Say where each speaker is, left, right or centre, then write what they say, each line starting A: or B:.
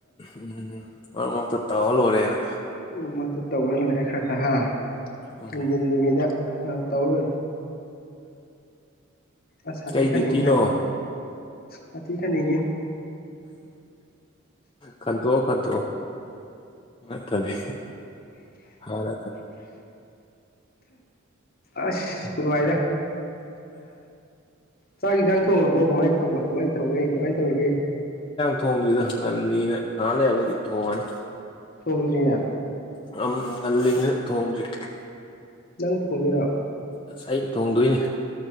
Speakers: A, on the left; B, on the left.
A: ꯎ ꯎꯝ ꯃꯔꯛ ꯃꯔꯛꯇ ꯇꯧꯍꯜꯂꯣꯏꯣꯔꯦꯅ
B: ꯃꯃꯛꯇ ꯇꯧꯔ ꯂꯣꯏꯔꯦ ꯈꯔ ꯈꯔ ꯍꯥ
A: ꯎꯝ
B: ꯍꯦꯟꯖꯤꯟ ꯅꯨꯕꯤꯗ ꯍꯥ ꯇꯧꯦ ꯑ ꯁꯥꯇꯤ
A: ꯀꯩ
B: ꯀ
A: ꯗ꯭ꯌꯨꯇꯤꯅꯣ
B: ꯍꯥꯏ ꯍꯥ ꯊꯤ ꯈꯅꯤꯉꯦ
A: ꯀꯟꯊ ꯀꯟꯊ ꯅꯠꯇꯗꯤ ꯍꯥ ꯔ
B: ꯑꯁ ꯅꯨꯡꯉꯥꯏꯗ ꯆꯥꯛ ꯌꯦꯟꯁꯥꯡ ꯊꯣꯡꯉꯕꯣ ꯀꯃꯥꯏꯅ ꯇꯧꯕ ꯀꯃꯥꯏꯅ ꯇꯧꯔꯤꯒꯦ ꯀꯃꯥꯏꯅ ꯇꯧꯔꯤꯒꯦ
A: ꯊꯣꯡꯗꯨꯗ ꯉꯜꯂꯤꯅ ꯉꯍꯥꯥꯟ ꯂꯩꯔꯕꯨꯗꯤ ꯊꯣꯡꯉꯅꯤ
B: ꯇꯣꯗ꯭ꯌꯥ
A: ꯑꯝ ꯉꯜꯂꯤꯉ ꯊꯣꯡꯗ꯭ꯔꯤ
B: ꯅꯪ ꯊꯣꯡꯅꯔꯣ
A: ꯑꯁ ꯑꯩꯅ ꯊꯣꯡꯗꯣꯏꯅꯤ